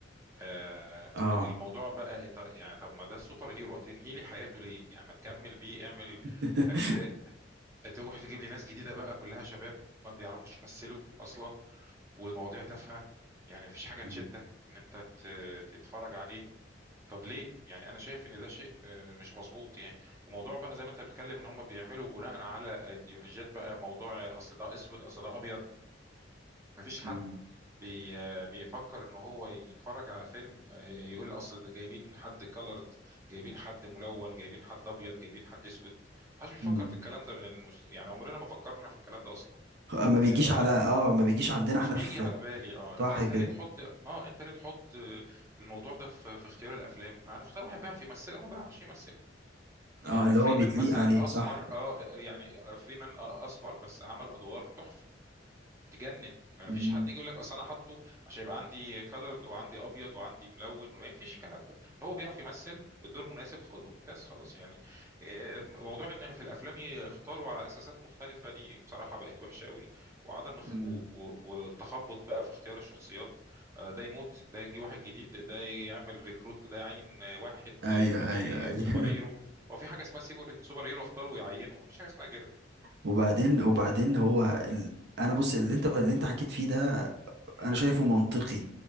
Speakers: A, on the right; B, on the right.
A: آه،
B: اه
A: الموضوع بقى ط- يعني طب ما ده السوبر هيرو هتنهي لي حياته ليه يعني ما تكمل بيه اعمل
B: <laughs>
A: اجزاء تروح تجيب لي ناس جديده بقى كلها شباب ما بيعرفوش يمثلوا اصلا والمواضيع تافهه يعني مفيش حاجه
B: مم.
A: تشدك ان انت ت- تتفرج عليه طب ليه؟ يعني انا شايف ان ده شيء آه، مش مظبوط يعني وموضوع بقى زي ما انت بتتكلم ان هم بيعملوا بناء على ايديولوجيات بقى موضوع آه، اصل ده اسود اصل ده ابيض مفيش حد
B: مم.
A: بي آه، بيفكر ان هو يتفرج على فيلم آه، يقول اصل ده جايبين حد كلرد جايبين حد ملون جايبين حد ابيض جايبين حد اسود محدش بيفكر
B: مم.
A: في الكلام ده من المس... يعني عمرنا ما فكرنا في الكلام ده اصلا
B: ما بيجيش
A: آه، بقى
B: على
A: في
B: اه ما بيجيش عندنا
A: مش
B: احنا
A: بيجي
B: في
A: على بالي اه
B: صح
A: فانت
B: كده
A: ليه تحط اه انت ليه تحط آه، الموضوع ده في, في اختيار الافلام آه، اختار واحد بيعرف يمثل او ما بيعرفش يمثل
B: اه
A: يعني
B: اللي
A: فريمان
B: هو بيتليق
A: مثلا
B: عليه صح
A: اسمر اه يعني فريمان آه، اسمر بس عمل ادوار تحفه تجنن ما
B: مم.
A: فيش حد يجي يقول لك اصل انا حاطه عشان يبقى عندي كالرد وعندي ابيض وعندي ملون ما فيش الكلام ده هو بيعرف يمثل الدور مناسب خده بس خلاص يعني إيه، موضوع ان في الافلام يختاروا على اساسات مختلفه دي بصراحه بقت وحشه قوي وعدم اخ-
B: مم.
A: و- و- والتخبط بقى في اختيار الشخصيات آه، ده يموت ده يجي واحد جديد ده يعمل ريكروت ده يعين آه، واحد
B: ايوه
A: آه، يخليه
B: ايوه ايوه
A: سوبر هيرو هو في حاجه اسمها سيبر- سوبر هيرو اختاروا ويعينوا ما فيش حاجه اسمها كده
B: <laughs> وبعدين وبعدين هو ال... انا بص اللي انت اللي انت حكيت فيه ده
A: مم.
B: انا شايفه منطقي